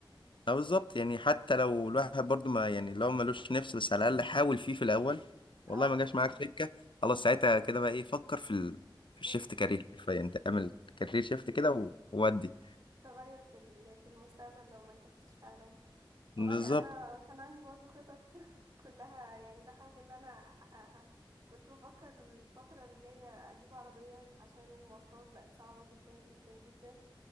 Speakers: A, on the left; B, on the right.
A: اه بالظبط يعني حتى لو الواحد برضو ما يعني لو ملوش نفس بس على الاقل حاول فيه في الاول والله
B: اه
A: ما جاش معاك سكه خلاص ساعتها كده بقى ايه فكر في ال... في الشيفت
B: مم.
A: كارير حرفيا تعمل كارير شيفت كده و- وودي
B: تغير في ال- في المستقبل لو ما نجحتش فعلا والله
A: بالظبط
B: انا كان عندي برضو خطط <laughs> كلها يعني بحاول ان انا احققها كنت بفكر الفترة الجاية اجيب عربية عشان المواصلات بقت صعبة جدا جدا جدا